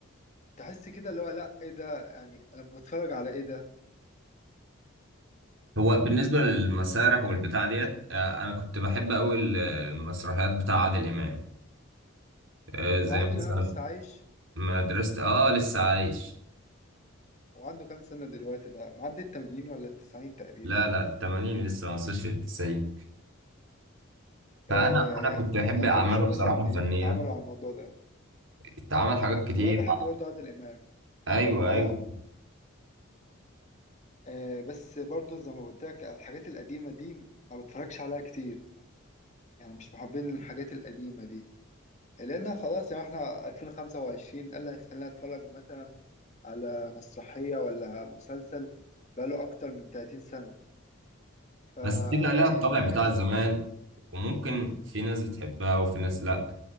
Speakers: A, on the left (about 35°); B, on the right (about 70°).
A: تحس كده اللي هو لا ايه ده يعني انا بتفرج على ايه ده
B: هو بالنسبه للمسارح والبتاع ديت آه، انا كنت بحب قوي المسرحيات بتاع عادل امام آه، زي
A: وعادل
B: مثلا
A: امام لسه عايش
B: مدرسه اه لسه عايش
A: وعنده كام سنة دلوقتي ده معدي ال 80 ولا ال 90 تقريبا
B: لا لا ال 80 لسه ما وصلش لل 90 فانا
A: آه
B: انا كنت بحب
A: كان
B: اعماله
A: كل شوية
B: بصراحه
A: مثلا
B: الفنيه
A: يتعاملوا على الموضوع ده
B: اتعمل حاجات كتير
A: هو انا بحب برضه عادل امام
B: ايوه
A: اه
B: ايوه
A: آه بس برضو زي ما قلت لك الحاجات القديمة دي ما بتفرجش عليها كتير يعني مش محبين الحاجات القديمة دي لأن خلاص يعني احنا 2025 إيه اللي هيخلينا أتفرج مثلا على مسرحية ولا مسلسل بقاله أكتر من 30 سنة فلا
B: بس بتبقى لها الطابع
A: يعني الحاجات
B: بتاع
A: القديمة
B: زمان وممكن في ناس بتحبها وفي ناس لأ